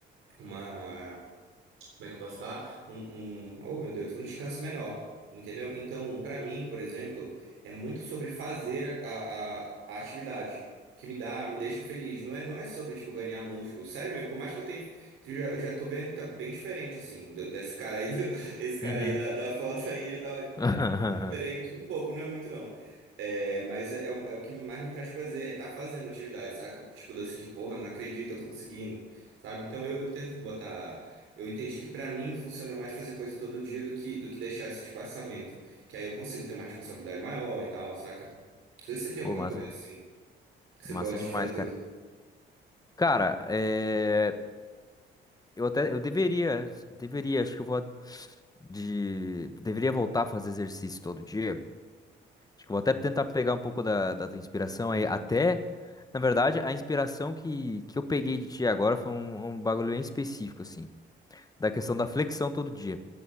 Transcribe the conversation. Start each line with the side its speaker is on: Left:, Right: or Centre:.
Right: uma como é que eu posso falar? Um, um, oh meu Deus, um descanso menor, entendeu? Então, para mim, por exemplo, é muito sobre fazer a, a, a atividade. Que me dá, me deixa feliz. Não é, não é sobre, tipo, ganhar músculo. Sério mesmo, por mais que eu tenha. Eu já, eu já tô vendo que tá bem diferente, assim, do- desse cara aí, do- <laughs> esse cara
Left: Uhum.
Right: aí da, da foto aí já tá
Left: <laughs>
Right: um pouco diferente. Um pouco, não é muito, não. É, mas é, é o é o que mais me traz prazer, é estar fazendo atividade, saca? Tipo, de eu sentir, porra, não acredito, eu tô conseguindo, sabe? Então eu, eu tento botar. Eu entendi que pra mim funciona mais fazer coisa todo dia do que, do que deixar esse espaçamento. Que aí eu consigo ter uma responsabilidade maior e tal, saca? Não sei se você tem
Left: Pô,
Right: alguma
Left: massa,
Right: coisa assim que você
Left: massa
Right: gosta
Left: demais,
Right: de fazer todo
Left: cara.
Right: dia.
Left: Cara, é, eu até eu deveria, deveria, acho que eu vou de deveria voltar a fazer exercício todo dia, Acho que eu vou até tentar pegar um pouco da, da tua inspiração aí. Até, na verdade, a inspiração que, que eu peguei de ti agora foi um, um bagulho bem específico, assim, da questão da flexão todo dia.